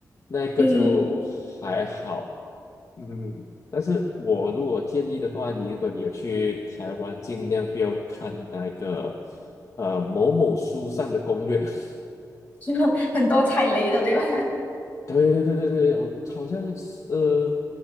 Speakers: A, on the left (about 50°); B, on the left (about 25°).
A: 那一个就还好。
B: 嗯，
A: 嗯，但是我如果建议的话，你如果你有去台湾，尽量不要看那个呃某某书上的攻略。<laughs>
B: <laughs> 很多踩雷的，对吧？
A: 对对对对对，我好像是呃，